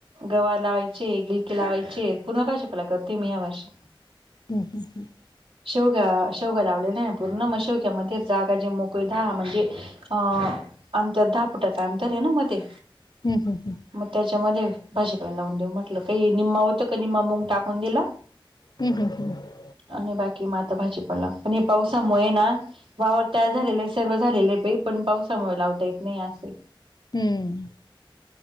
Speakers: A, on the right; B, on the left.
A: गवार लावायचे <unintelligible> लावायचे पुन्हा भाजिपाला करते मी यावर्षी.
B: हम् हम हम्.
A: शेवगा शेवगा लावलेना पूर्ण म शेवग्यामध्ये जागा जे मोकळी धा म्हणजे अ आमच्यात दहा फुटाच अंतर आहे ना मधे.
B: हम हं हं.
A: मंग त्यांच्यामध्ये भाजीपला लावूंन देऊं म्हटलं कांहीं निम्मा होतं कां निम्मा मम टाकूंन दिलां.
B: हम्मं हम्मं हम्मं.
A: आणि बाकी मं आंता भाजीपाला पणं हे पावसांमुळे नां वावर तयार झालेले आये सर्व झालेले आहे बई पणं पावसांमुळे लावंता येतं नाहीं आसं आये.
B: हम्मं.